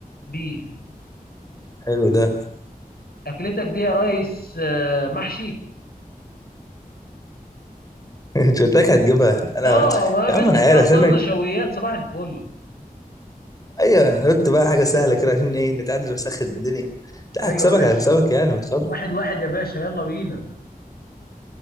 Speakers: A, on the left; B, on the left.
A: بيف
B: حلو ده
A: اكلتك دي يا ريس آه، محشي
B: <laughs> انت قلت لك هتجيبها انا
A: اه ما
B: يا
A: بيدخل
B: عم انا عارف
A: فيها خضار
B: انا
A: نشويات صباح الفل
B: ايوه أنا قلت بقى حاجة سهلة كده عشان ايه نتعادل ونسخن الدنيا لا
A: ايوه
B: هكسبك
A: ماشي
B: هكسبك يعني ما تخافش
A: واحد واحد يا باشا يلا بينا